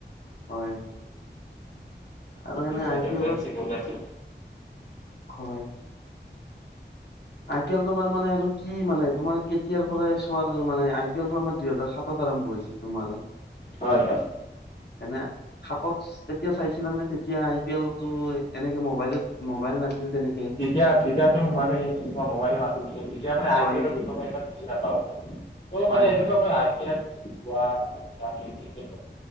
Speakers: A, on the left; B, on the left.
A: হয় হয় আৰু এনে
B: ত
A: আই
B: কেপ্টেনচি
A: পি এলত
B: কৰি আছো
A: হয়। আই পি এল তোমাৰ মানে আৰু কি মানে তোমাৰ কেতিয়াৰ পৰাই চোৱাৰ মানে আই পি এলটো আমাৰ দুইহেজাৰ সাতত আৰম্ভ হৈছিল তোমাৰ।
B: হয় হয়
A: এনে সাতত তেতিয়া চাইছিলানে? তে তেতিয়া আই পি এলটো এনেকে মোবাইলত মোবাইল নাছিল তেনেকে।
B: এতিয়া তেতিয়াতো মানে এনেকুৱা মোবাইলো নাছিল, তেতিয়া মানে
A: হয়
B: আই পি এল বিষয়ে ইমান বুজি নাপাও মানে। ত'
A: হয়
B: মানে এনেকুৱা
A: হয়
B: মই আই পি এল বা ক্ৰিকেট